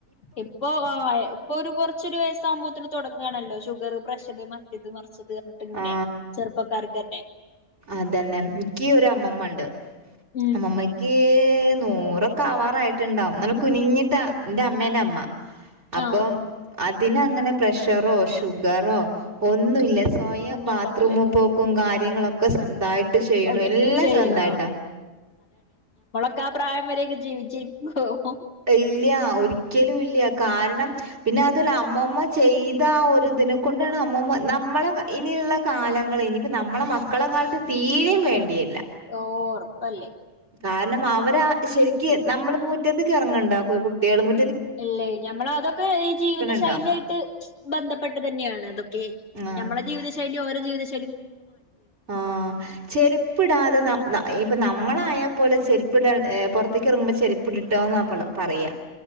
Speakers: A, on the left (about 75°); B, on the right (about 60°).
A: ഇപ്പൊ ആ ഇപ്പൊ ഒരു കൊർച്ചൊരു വയസ്സാഉമ്പോത്തിന് തൊട്ങ്ങാണല്ലോ ഷു ഗർ പ്രഷറ് മറ്റത് മർച്ചത് അർഞിട്ട് ങ്ങനെ
B: ആ
A: ചെർപ്പക്കാർക്കെന്നെ
B: അതന്നെ ഇക്കി ഒര് അമ്മമ്മ ണ്ട്
A: ഉം
B: അമ്മമ്മക്കീ ന്നൂറൊക്കെ ആവാറായിട്ട്ണ്ടാഉം ന്നല്ല കുനിഞ്ഞിട്ടാ ന്റെ അമ്മേന്റെ അമ്മ അപ്പം
A: ആഹ്
B: അതിനങ്ങന പ്രഷറോ ഷുഗറോ ഒന്നു ല്ല സ് സ്വയം
A: ഒന്നും
B: ബാത്റൂമ്
A: ഉണ്ടാവൂലല്ലേ
B: പോക്കും കാര്യങ്ങളൊക് ഒക്കെ സ്വന്തായിട്ട് ചെയ്യ്ണു
A: ഒറ്റ
B: എല്ലം
A: ചെയ്യും
B: സ്വന്തായ്ട്ടാ-
A: ക്കാ പ്രായം വരേക്കും ജീവിച്ചിരിക്വോ ഓ-
B: ഇല്ലൃ ഒരിക്കലും ഇല്ലൃ കാരണം പിന്നാ ത്ത്ലാ അമ്മൂമ ചെയ്ത ആ ഒരു ത് ന കൊണ്ടാണ് അമ്മൂമ ന്നമ്മളെ ക ഇനിയുള്ള കാലങ്ങള് ഇനി പ്പം ന്ന നമ്മള മക്കള കാലത്ത് തീരേം വേണ്ടിഏല-
A: ഓ ഒർപ്പല്ലേ-
B: കാരണം അവരാ ശെരിക്ക് നമ്മള്പ്പം മുറ്റത്ത്ക്ക് എറങ്ങ്ണ്ടോ കു കുട്ടിള് മുൻ
A: ഇല്ലേ ഞമ്മള അതൊക്കെ ഈ ജീവിത
B: ണ്ടോ?
A: ശൈലിആയിട്ട് ബന്ധപ്പെട്ട് തന്നെയാണ് അതൊക്കെ-
B: ആഹ്
A: ഞമ്മളെ ജീവിതശൈലിം ഓല ജീവിത ശൈ
B: ആഹ് ചെരിപ്പ്ടാതെ ന നായി ഇപ്പം ന്നമ്മള ആയ പോലും ചെരിപ്പിടാ ഏ പൊർത്ത്ക്ക് ഇറങ്ങുമ്പോ ചെര്പ്പ്ട് ട്ടോ ന്നപള് പറയ്യാ-